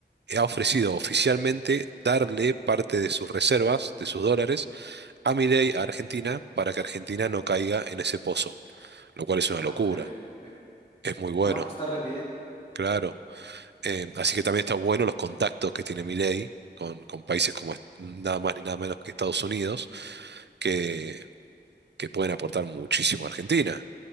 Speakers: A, on the right; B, on the left.
A: ha ofrecido oficialmente darle parte de sus reservas, de sus dólares, a Milei, a Argentina, para que Argentina no caiga en ese pozo, lo cual es una locura.
B: excelente.
A: Es muy bueno,
B: No, pues está re bien.
A: claro. Eh, así que también está bueno los contactos que tiene Milei con, con países como est- nada más ni nada menos que Estados Unidos, que, que pueden aportar muchísimo a Argentina.